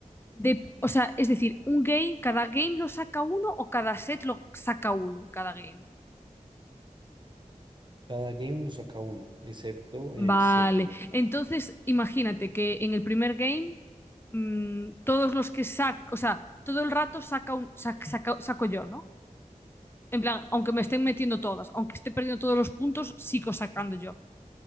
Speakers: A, on the left (about 15°); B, on the right (about 35°).
A: De, o sea, es decir, un game, cada game lo saca uno o cada set lo saca uno, en cada game.
B: Cada game lo saca uno, excepto
A: Vale.
B: en el séptimo,
A: Entonces, imagínate que en el primer game, mm, todos los que saco, o sea, todo el rato saca un, sac- saca- saco yo, ¿no? En plan, aunque me estén metiendo todas, aunque esté perdiendo todos los puntos, sigo sacando yo.